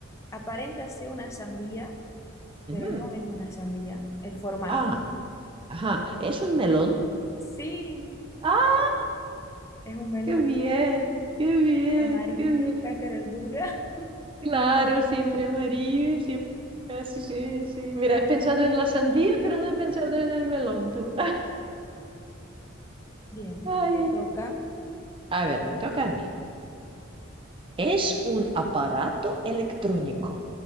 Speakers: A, on the left (about 15°); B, on the right (about 25°).
A: aparenta ser una sandía,
B: ujú.
A: pero no es una sandía, el formato.
B: Ah, ajá. ¿Es un melón?
A: Sí,
B: ¡Ah!
A: es un melón
B: ¡Qué bien! ¡Qué bien!
A: amarillo,
B: ¡Qué bien!
A: cáscara dura. <laughs>
B: Claro, siempre amarillo,
A: Y
B: siempre... Ah, Sí, sí, sí. Mira, he pensado en la sandía, pero no he pensado en el melón, tú. <laughs>
A: Bien,
B: Ay.
A: te toca
B: A ver, me toca a mí. Es un aparato electrónico.